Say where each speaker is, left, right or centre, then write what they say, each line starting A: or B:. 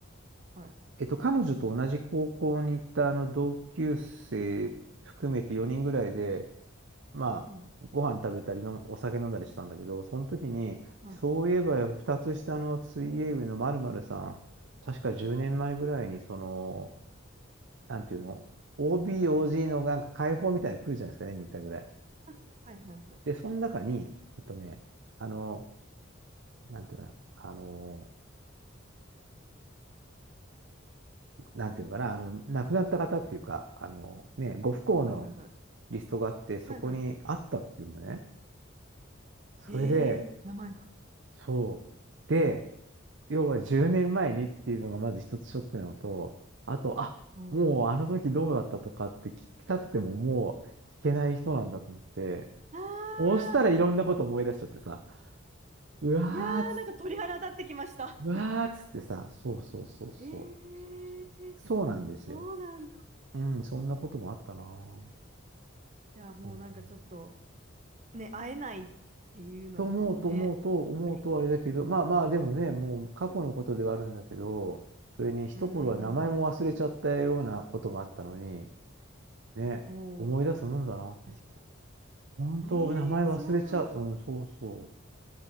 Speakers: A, on the right; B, on the right.
A: はい。
B: えっと、彼女と同じ高校に行ったあの同級生含めて4人ぐらいで、まあ、
A: うん、
B: ご飯食べたりの、お酒飲んだりしたんだけど、その時に、
A: はい。
B: そういえば2つ下の水泳部の〇〇さん、確か10年前ぐらいに、その、なんていうの、OB、OG のなんか解放みたいなの来るじゃないですかね、2回ぐらい。
A: あ、はい、はい、はい。
B: で、その中に、えっとね、あの、なんていうかな、あの、なんていうのかな、あの、亡くなった方っていうか、あの、ね、ご不幸の
A: はい、はい、はい。
B: リストがあって、そこにあったっていうのね。
A: はい、はい。
B: それで、
A: ええ名前が。
B: そう。で、要は10年前にっていうのがまず一つショックなのと、
A: うん
B: あと、あ、
A: おう
B: もうあの時どうだったとかって聞きたくてももう聞けない人なんだと思って、
A: ああ、
B: そうしたらいろんなこと思い出しちゃってさ、うわーつ、
A: いやー、なんか鳥肌立ってきました。
B: うわーつってさ、そうそうそうそ
A: ええ
B: う。そうなんですよ。
A: そうなんだ。
B: うん、そんなこともあったなぁ。
A: じゃあもうなんかちょっと。
B: 本当に。
A: ね、会えないっていうのとかもね。
B: と思うと思うと思うとあれだけど、
A: やっぱり。
B: まあまあでもね、もう過去のことではあるんだけど、それに一頃は名前も忘れちゃったようなことがあったのに、
A: うんうんうん
B: ね、
A: うん。
B: 思い出すもんだなと思う。
A: おお。確か
B: 本当、
A: ええーそうなんです。
B: 名前忘れちゃう。うん、そうそう。